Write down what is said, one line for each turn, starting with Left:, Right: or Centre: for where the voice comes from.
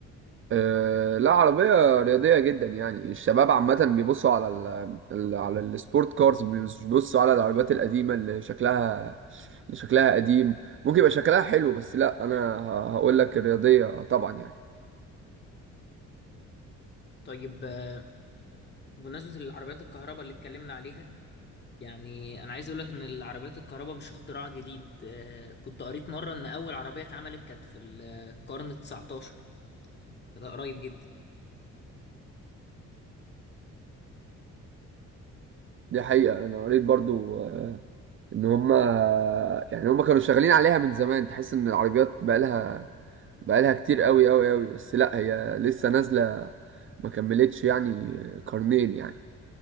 Right: آه، لا عربية رياضية جدا يعني الشباب عامة بيبصوا على ال ال- على السبورت كارز مش بيبصوا على العربيات القديمة اللي شكلها اللي شكلها قديم ممكن يبقى شكلها حلو بس لا أنا ه- هقول لك الرياضية طبعا يعني
Left: طيب آه، بمناسبة العربيات الكهرباء اللي اتكلمنا عليها يعني انا عايز اقول لك ان العربيات الكهرباء مش اختراع جديد آه، كنت قريت مره ان اول عربيه اتعملت كانت في القرن 19 فده قريب جدا
Right: دي حقيقة أنا قريت برضو آه، إن هما يعني هما كانوا شغالين عليها من زمان تحس إن العربيات بقالها بقالها كتير قوي قوي قوي بس لا هي لسه نازلة ما كملتش يعني قرنين يعني